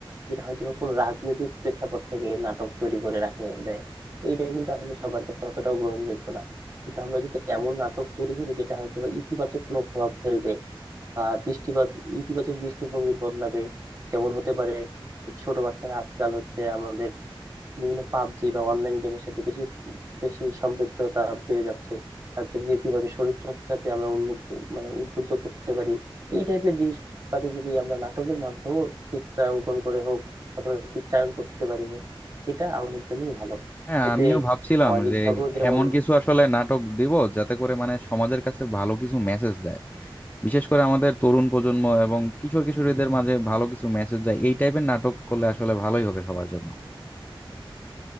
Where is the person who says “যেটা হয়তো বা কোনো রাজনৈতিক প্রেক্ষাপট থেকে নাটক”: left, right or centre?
Right